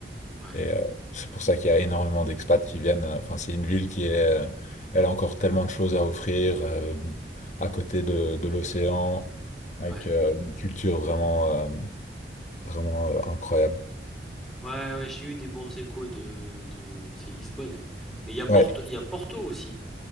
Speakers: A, in the centre; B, on the left.
A: ouais.
B: Et euh, c'est pour ça qu'il y a énormément d'expats qui viennent. Enfin, c'est une ville qui est, euh, elle a encore tellement de choses à offrir euh, à côté de, de l'océan, avec
A: Ouais.
B: euh, une culture vraiment. euh, Vraiment euh, incroyable.
A: Ouais, ouais, j'ai eu des bons échos de, de... C'est Lisbonne. Mais il y a Porto,
B: Ouais,
A: il y a Porto aussi.